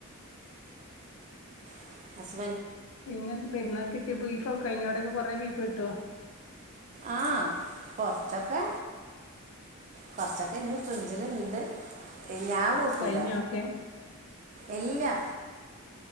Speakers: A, on the right; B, on the left.
A: <inaudible> അസ്
B: പിന്നെന്ത്‌ പെരുന്നാക്കിട്ടിപ്പൊയി ഒ കയ്യാടെല് <unintelligible> കെ റെ ബീഫ് കിട്ടോ
A: ആഹ് കൊറച്ചൊക്കെ കൊറച്ചൊക്കെഞ്ഞും ഫ്രിഡ്ജിലിണ്ട് ഞാൻ കൂട്ടൂല
B: കഴിഞ്ഞോ ഒക്കെ
A: ഇല്ല്യ